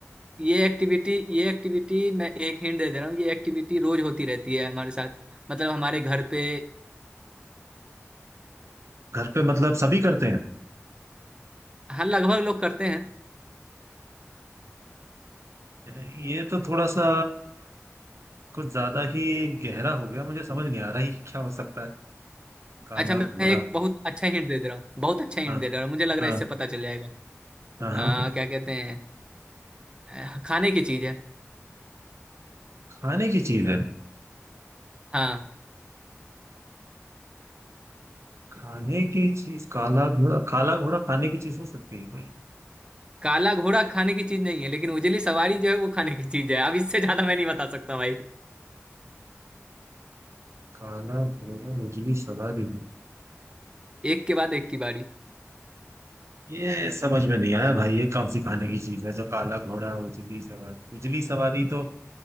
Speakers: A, on the right; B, on the right.
A: ये एक्टिविटी ये एक्टिविटी मैं एक हिंट दे दे रहा हूँ ये एक्टिविटी रोज होती रहती है हमारे साथ मतलब हमारे घर पे
B: घर पे मतलब सभी करते
A: हाँ लगभग लोग करते हैं
B: हैं ये तो थोड़ा सा कुछ ज्यादा ही गहरा हो गया मुझे समझ नहीं आ रहा है क्या हो सकता है काला
A: अच्छा मैं
B: घोड़ा
A: एक बहुत अच्छा हिंट दे दे रहा हूँ बहुत अच्छा हिंट
B: हाँ
A: दे दे रहा हूँ मुझे लग रहा
B: हाँ
A: है इससे पता चल जाएगा
B: हाँ हाँ
A: आ, क्या कहते हैं अ, खाने की चीज है
B: खाने की चीज है
A: हाँ
B: खाने की चीज काला घोड़ा काला घोड़ा खाने की चीज हो सकती है भाई
A: काला घोड़ा खाने की चीज नहीं है लेकिन उजली सवारी जो है वो खाने की चीज है अब इससे ज्यादा मैं नहीं बता सकता भाई
B: काला घोड़ा उजली सवारी
A: एक के बाद एक की बारी
B: ये समझ में नहीं आया भाई ये कौन सी खाने की चीज है जो काला घोड़ा उजली सवारी उजली सवारी तो